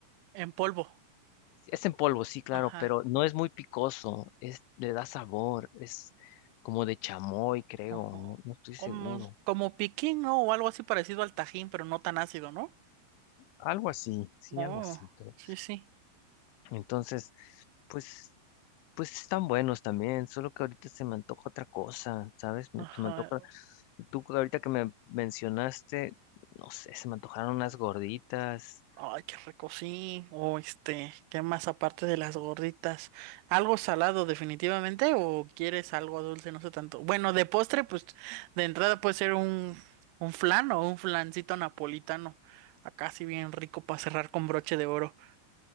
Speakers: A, on the right; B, on the left.
A: En polvo.
B: Sí, Es en polvo, sí, claro,
A: Ajá.
B: pero no es muy picoso, es, le da sabor, es como de chamoy, creo,
A: Ojo.
B: no, no estoy
A: Como,
B: seguro.
A: como piquín, ¿no? O algo así parecido al tajín, pero no tan ácido, ¿no?
B: Algo así, sí,
A: Oh,
B: algo así, pero
A: sí, sí.
B: entonces, pues, pues están buenos también, solo que ahorita se me antoja otra cosa, ¿sabes? Me-
A: Ajá.
B: Se me antoja, tú ahorita que me mencionaste, no sé, se me antojaron unas gorditas,
A: Ay, qué rico, sí. O este, ¿qué más aparte de las gorditas? ¿Algo salado definitivamente o quieres algo dulce? No sé tanto. Bueno, de postre, pues de entrada puede ser un, un flan o un flancito napolitano. Acá sí bien rico para cerrar con broche de oro.